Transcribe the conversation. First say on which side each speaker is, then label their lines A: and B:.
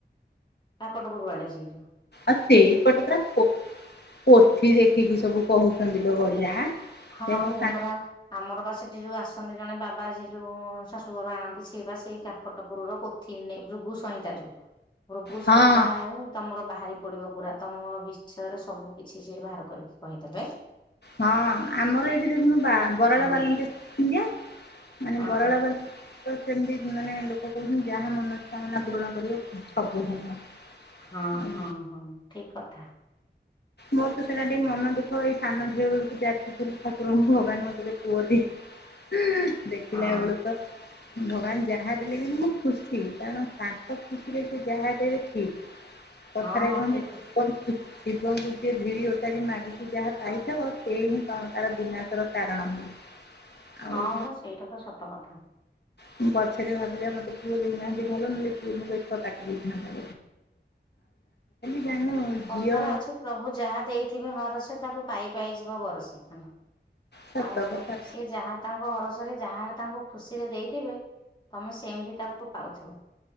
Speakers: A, on the left; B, on the left.
A: କାକଟପରୁ ଆଡେ ସେ।
B: ଆଉ ସେଇପଟେ ପୁରା, ପୋ ପୋଥି ଦେଖିକି ସବୁ କହୁଛନ୍ତି ଲୋ ବଢିଆ।
A: ହଁ
B: ସେ ମୋ
A: ମୁଁ
B: ସାନ
A: ପରା ଆମର ବା ସେଠି ଯୋଉ ଆସନ୍ତି ଜଣେ ବାବା ସେ ଯୋଉ ଶାଶୁଘର ଆଣନ୍ତି, ସିଏ ବା ସେଇ କାକଟପୁର ର ପୋଥି ନାଁଇ ଭୃଗୁସଂହିତା ଯୋଉ। ଭୃଗୁସଂହିତା
B: ହଁ
A: ଆଉ ତମର ବାହାରି ପଡିବ ପୁରା, ତମ ବିଷୟରେ ସବୁ କିଛି ସେ ବାହାର କରିକି କହିଦେବେ।
B: ହଁ। ଆମର ଏଇଠି ଦେଖୁନୁ ବା ବରାଳ
A: ହଁ
B: ବାଲୁଙ୍କେ ଶା <unintelligible> ମାନେ
A: ହଁ
B: ବରାଳ ବାଲୁ ତ ସେମିତି ମାନେ ଲୋକ କହୁଛନ୍ତି, ଯାହା ମନସ୍କାମନା ପୂରଣ କରିବ ସବୁ ହବ।
A: ହଁ,
B: ଆଉ
A: ହଁ, ହଁ, ଠିକ କଥା।
B: ମୋର ତ ସେଇ ଲାଗି ମନ ଦୁଃଖ ହେଇ <unintelligible> ଝିଅ ବେଳୁ <inaudible> ଠାକୁରଙ୍କୁ ଭଗବାନ ମୋତେ ଗୋଟେ ପୁଅ ଦେଇ ଦେଖିଲେ
A: ହଁ
B: <unintelligible> ତ ଭଗବାନ ଯାହା ଦେଲେ ବି ମୁଁ ଖୁସି। କାରଣ ତାଙ୍କ ଖୁସିରେ ସେ ଯାହା ଦେବେ ଠିକ। କଥାରେ
A: ହଁ ହଁ
B: କହନ୍ତିନି
A: ଠିକ
B: ଶିବଙ୍କୁ <inaudible> ଯିଏ ଭିଡି ଓଟାରି ମାଗିକି ଯାହା ପାଇ <unintelligible> ସିଏ ତାର ବିନାଶ ର କାରଣ ହୁଏ। ଆଉ
A: ହଁ ମୋ ସେଇଟା ତ ସତ କଥା।
B: ମୁଁ ପଛରେ ଭାବିଲି ଆମ <inaudible> ପୁଅ ଦେଇନାହାନ୍ତି ଭଲ ନହେଲେ ପୁଅ <unintelligible> ଦେଇଥାନ୍ତା। <unintelligible>
A: କଥାରେ
B: ଝିଅ
A: ଅଛି ପ୍ରଭୁ ଯାହା ଦେଇଥିବେ ହରସେ ତାକୁ ପାଇ ପାଇ ଯିବ ବରସି। <unintelligible>
B: ସତ
A: ଆଉ
B: କଥା
A: ସିଏ ଯାହା ତାଙ୍କ ହରସରେ ଯାହା ତାଙ୍କୁ ଖୁସିରେ ଦେଇଥିବେ। ତୋମେ ସେମିତି ତାକୁ ପାଉଥିବ।